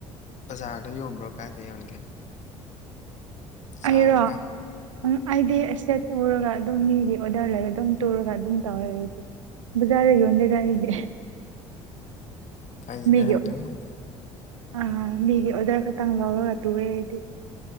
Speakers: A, on the left; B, on the right.
A: ꯕꯖꯥꯔꯗ ꯌꯣꯟꯕ꯭ꯔꯣ ꯀꯥꯏꯗ ꯌꯣꯟꯒꯦ <inaudible> ꯁꯥꯔꯒ
B: ꯑꯩꯔꯣ ꯎꯝ ꯑꯩꯗꯤ ꯑꯦꯁ‌ꯦꯠ ꯄꯨꯔꯒ ꯑꯗꯨꯝ ꯃꯤꯒꯤ ꯑꯣꯗ꯭ꯔ ꯂꯩꯔ ꯑꯗꯨꯝ ꯇꯨꯔꯒ ꯑꯗꯨꯝ ꯇꯧꯋꯦ ꯑꯩꯗꯤ ꯕꯖꯥꯔꯗ ꯌꯣꯟꯗꯦꯗꯥ ꯑꯩꯗꯤ
A: ꯐꯩꯗ
B: ꯃꯤꯒꯤ
A: ꯑꯗꯨꯕꯨꯗꯤ
B: ꯑꯞ ꯑꯥ ꯃꯤꯒꯤ ꯑꯣꯗ꯭ꯔ ꯈꯇꯪ ꯂꯧꯔꯒ ꯇꯨꯋ‌ꯦ ꯑꯩꯗꯤ